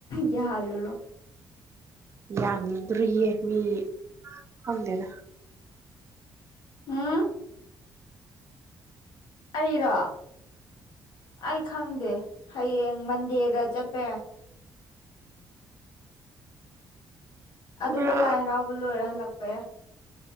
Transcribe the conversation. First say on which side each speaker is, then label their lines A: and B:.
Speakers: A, on the left; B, on the right.
A: ꯌꯥꯜꯂꯨꯔꯣ
B: ꯌꯥꯝꯗ꯭ꯔꯤꯌꯦ ꯃꯤ ꯈꯪꯗꯦꯗ
A: ꯎꯝ ꯑꯩꯔꯣ ꯑꯩ ꯈꯪꯗꯦ ꯍꯌꯦꯡ ꯃꯟꯗꯦꯗ ꯆꯠꯄ ꯌꯥꯏ ꯑꯗꯨꯒ
B: ꯄꯨꯔꯥ
A: ꯂꯥꯏ ꯍꯔꯥꯎꯕ ꯂꯣꯏꯔ ꯍꯜꯂꯛꯄ ꯌꯥ